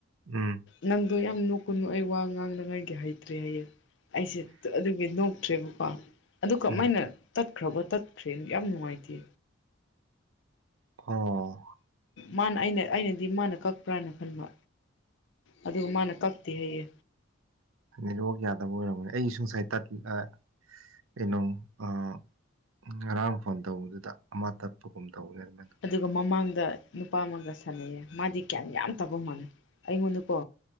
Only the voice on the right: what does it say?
ꯎꯝ꯫
ꯎꯝ
ꯑꯣ꯫
ꯅꯦꯠꯋꯥꯔꯛ ꯌꯥꯗꯕ ꯑꯣꯏꯔꯝꯒꯅꯦ ꯑꯩꯒꯤꯁꯨ ꯉꯁꯥꯏ ꯇꯠ ꯑꯥ ꯀꯩꯅꯣ ꯑꯥ ꯉꯔꯥꯡ ꯐꯣꯟ ꯇꯧꯕꯗꯨꯗ ꯑꯃ ꯇꯠꯄꯒꯨꯝ ꯇꯧꯋꯦ ꯑꯗꯨꯃꯥꯏꯅ